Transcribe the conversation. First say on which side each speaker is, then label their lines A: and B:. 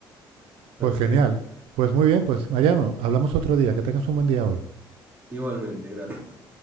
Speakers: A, on the right (about 20°); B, on the right (about 85°).
A: Perfecto.
B: Pues genial. Pues muy bien, pues Mariano, hablamos otro día. Que tengas un buen día hoy.
A: Igualmente, gracias.